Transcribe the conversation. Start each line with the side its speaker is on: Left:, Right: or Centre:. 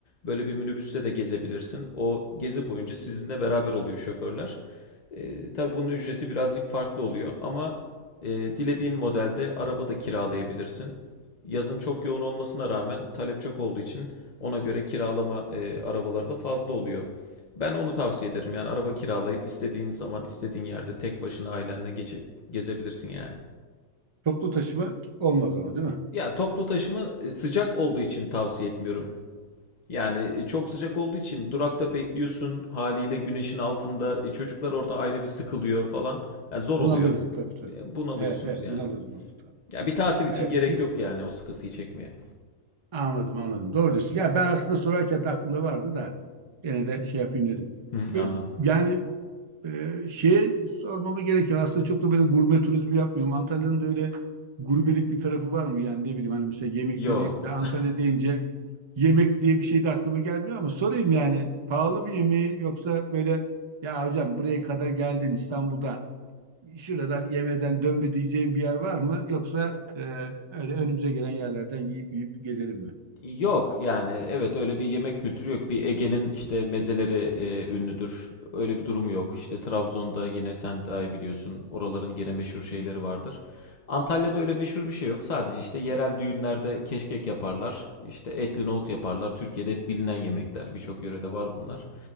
Left: Böyle bir minibüste de gezebilirsin. O gezi boyunca sizinle beraber oluyor şoförler. E, tabii bunun ücreti birazcık farklı oluyor ama ee, dilediğin modelde araba da kiralayabilirsin. Yazın çok yoğun olmasına rağmen talep çok olduğu için ona göre kiralama e, arabaları da fazla oluyor. Ben onu tavsiye ederim. Yani araba kiralayıp istediğin zaman istediğin yerde tek başına ailenle geçip gezebilirsin yani.
Right: Toplu taşıma olmaz ama değil mi?
Left: Ya toplu taşıma e, sıcak olduğu için tavsiye etmiyorum. Yani e, çok sıcak olduğu için durakta bekliyorsun haliyle güneşin altında e, çocuklar orada ayrı bir sıkılıyor falan. Yani zor
Right: Bunalırız
Left: oluyor.
Right: tabii tabii.
Left: E, Bunalıyorsunuz
Right: Evet evet
Left: yani.
Right: bunalırız. Mustafa.
Left: Ya bir tatil
Right: Evet.
Left: için gerek yok yani o sıkıntıyı çekmeye.
Right: Anladım anladım. Doğru diyorsun. Ya ben aslında sorarken de aklımda vardı da gene de şey yapayım dedim.
Left: Hı,
Right: Ve
Left: anladım.
Right: Yani e, şey sormamı gerekiyor. Aslında çok da böyle gurme turizmi yapmıyorum. Antalya'nın da öyle gurmelik bir tarafı var mı? Yani ne bileyim hani mesela yemekleri
Left: Yok.
Right: ben Antalya deyince yemek diye bir şey de aklıma gelmiyor ama sorayım yani pahalı bir yemeği yoksa böyle ya hocam buraya kadar geldin İstanbul'dan şuradan yemeden dönme diyeceğim bir yer var mı? Yoksa e, öyle önümüze gelen yerlerden yiyip yiyip gezelim mi?
Left: Yok yani evet öyle bir yemek kültürü yok. Bir Ege'nin işte mezeleri e, ünlüdür. Öyle bir durumu yok. İşte Trabzon'da yine sen daha iyi biliyorsun. Oraların gene meşhur şeyleri vardır. Antalya'da öyle meşhur bir şey yok. Sadece işte yerel düğünlerde keşkek yaparlar. İşte etli nohut yaparlar. Türkiye'de hep bilinen yemekler. Birçok yörede var bunlar.